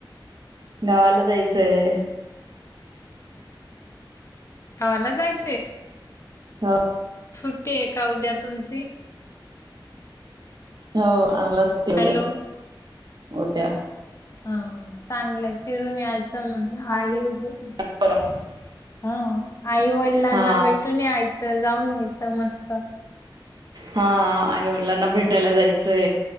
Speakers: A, on the right; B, on the left.
A: गावाला जायचंय
B: गावाला जायचे
A: ह
B: सुट्टी ये का उद्या तुमची
A: हो आम्हाला सुट्टी उद्या
B: हॅलो
A: हो त्या
B: हा चांगलय फिरूनया एक च म्हण आहे योग्य
A: <inaudible>
B: हा आई वडलांना
A: हा
B: भेटून यायचं जाऊन यायचं मस्त
A: हा आईवडलांना भेटायला जायच <unintelligible>